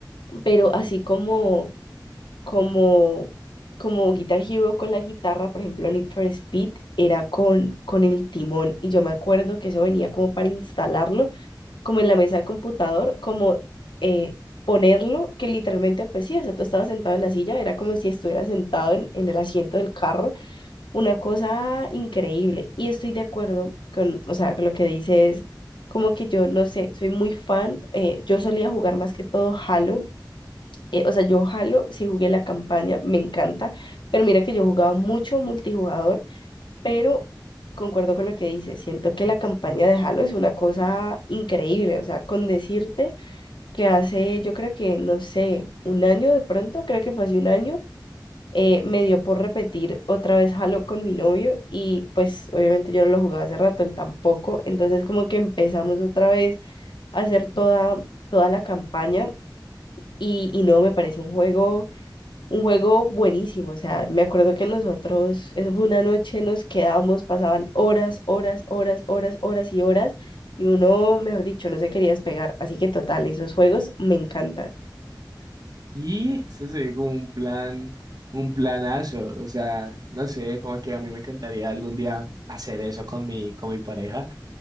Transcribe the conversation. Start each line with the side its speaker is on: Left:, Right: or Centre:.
Left: pero así como como, como Guitar Hero con la guitarra, por ejemplo, Need for Speed era con, con el timón y yo me acuerdo que eso venía como para instalarlo, como en la mesa de computador, como eh, ponerlo, que literalmente, pues sí, o sea, tú estabas sentado en la silla, era como si estuvieras sentado en, en el asiento del carro, una cosa increíble. Y estoy de acuerdo con, o sea, con lo que dices. Como que yo, no sé, soy muy fan. eh, yo solía jugar más que todo Halo eh, o sea, yo Halo sí jugué la campaña, me encanta, pero mira que yo jugaba mucho multijugador, pero concuerdo con lo que dices, siento que la campaña de Halo es una cosa increíble, o sea, con decirte que hace, yo creo que, no sé, un año de pronto, creo que fue hace un año, eh, me dio por repetir otra vez Halo con mi novio y pues obviamente yo no lo jugaba hace rato, él tampoco, entonces como que empezamos otra vez a hacer toda, toda la campaña y, y no, me parece un juego un juego buenísimo, o sea, me acuerdo que nosotros, eso fue una noche, nos quedábamos, pasaban horas, horas, horas, horas, horas y horas, y uno, mejor dicho, no se quería despegar, así que total, esos juegos me encantan.
Right: Y eso sería como un plan, un planazo. O sea, no sé, como que a mí me encantaría algún día hacer eso con mi, con mi pareja.